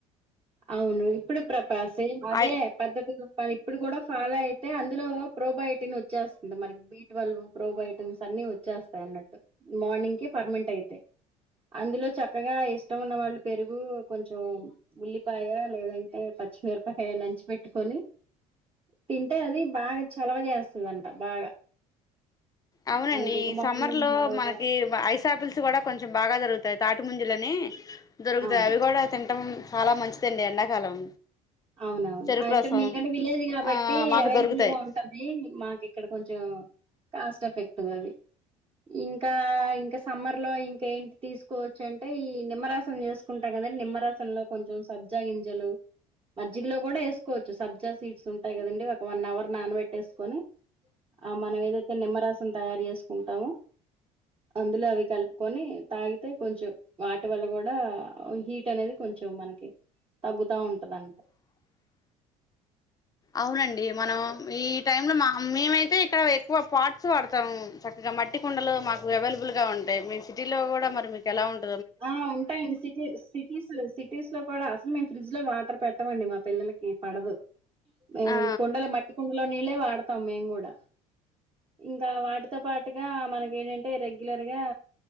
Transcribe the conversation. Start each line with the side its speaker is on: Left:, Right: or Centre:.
Right: అవును ఇప్పుడు ప్రపసే అదే
Left: ఐ
Right: పద్ధతిని ఇప్పుడు కూడా. ఫాలో అయితే అందులో ప్రోబయోటిన్ వచ్చేస్తుంది మనకి బీట్ వల్ ప్రోబోటిన్స్ అన్ని వచ్చేస్తాయి అన్నట్టు మార్నింగ్ కి ఫర్మంట్ ఐతే అందులో చక్కగా ఇష్టం ఉన్న వాళ్ళు పెరుగు కొంచెం ఉల్లి. ఉప్పయ లేదంటే పచ్చిమిరపకాయ నంచి పెట్టుకొని తింటే అది బాగా చలవ చేేస్తుందింట బాగా.
Left: అవునండి
Right: మనకి ఇగ
Left: ఈ
Right: మార్నింగ్
Left: సమ్మర్ లో మనకి
Right: వర్
Left: ఐస్ అపిల్స్ కూడా కొంచెం బాగా దొరుగుతాయి తా. ముంజలనే. దొరుకుతాయి
Right: అవును.
Left: అవి కూడా తింటం. చాలా మంచిదండి ఎండాకాలం.
Right: అవునవును
Left: చెరుకు
Right: అంటే
Left: రసం
Right: మీకంటే విలేజ్ కాబట్టి
Left: ఆ మాకు
Right: అవైలబుల్
Left: దొరుకుతాయి
Right: గా ఉంటది మాకు ఇక్కడ కొంచెం. కాస్ట్ ఎఫెక్ట్ అవి ఇంకా ఇంక సమ్మర్ లో ఇంక ఏంటి తీసుకోవచ్చు అంటే ఈ నిమ్మరాసం చేసుకుంటాం కదండి నిమ్మరాసంలో కొంచెం సబ్జా గింజలు. మజ్జికలో కూడా వేసుకోవచ్చు సబ్జా సీట్స్ ఉంటాయి కదండి ఒక వన్ అవర్. నానబె. కట్టేసుకొని ఆ మనం ఏదో నిమ్మరసం తయారుచేసుకుంటాము అందులో అవి కలుపుకొనీ తాగితే కొంచెం వాటి వల్ల కూడా హీట్ అనేది కొంచెం మనకి తగ్గుతా ఉంటది అన్నమాట
Left: అవునండి మనం ఈ టైం లో మ. మేమైతే ఇక్కడ ఎక్కువ పార్ట్స్ వాడతాం మొత్తం చక్కగా మట్టి కొండలు మాకు అవైలబుల్ గా ఉంటాయి మీ సిటీలో కూడా మరి మీకు ఎలా ఉంట
Right: ఆ ఉంటాయండి సిటీ సిటీస్ లో సిటీస్ లో కూడా అసలు మేము ఫ్రిజ్ లో వా అత్ర పెట్టమండి మా పిల్లలకి పడదు హ్మ్
Left: ఆ
Right: కుండలో మట్టి కొండలో నీళ్ళే వాడ మేము కూడా ఇంకా వాటితో పాటుగా మనక ఏంటంటే రెగ్యులర్ గా